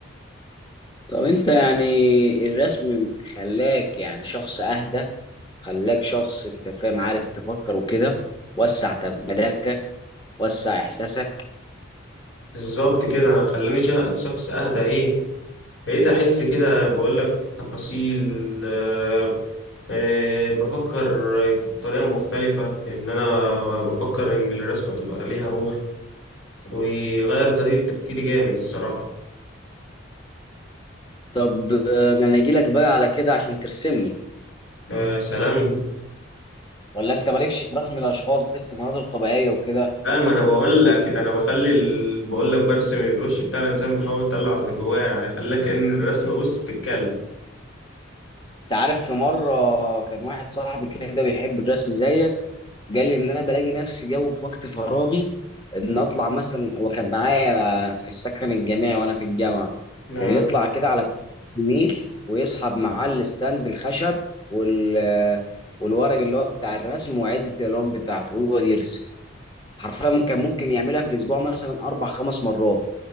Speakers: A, on the left (about 25°); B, on the left (about 70°).
A: طب انت يعني الرسم خلاك يعني شخص اهدى خلاك شخص انت فاهم عارف تفكر وكده وسع طب مداركك وسع احساسك
B: بالظبط كده أنا خلاني شخ- شخص أهدى إيه بقيت أحس كده بقول لك تفاصيل آه آه بفكر بطريقة مختلفة إن أنا بفكر إن الرسمة تبقى ليها روح ويغير طريقة تفكيري جامد الصراحة
A: طب آه، انا اجي لك بقى على كده عشان ترسمني
B: آه سلام
A: ولا انت مالكش في رسم الاشخاص بترسم مناظر طبيعيه وكده
B: لا ما انا بقول لك ده انا بخلي ال... بقول لك برسم الوش بتاع الانسان بحاول اطلع اللي جواه يعني خلي كأن الرسمه بص بتتكلم
A: انت عارف في مره كان واحد صاحبي كده بيحب الرسم زيك قال لي ان انا بلاقي نفسي جو في وقت فراغي ان اطلع مثلا هو كان معايا في السكن الجامعي وانا في الجامعه
B: اه
A: كان يطلع كده على كوبري النيل ويسحب معاه الستاند الخشب وال والورق اللي هو بتاع الرسم وعده الالوان بتاعته ويقعد يرسم حرفيا كان ممكن يعملها في الاسبوع مثلا اربع خمس مرات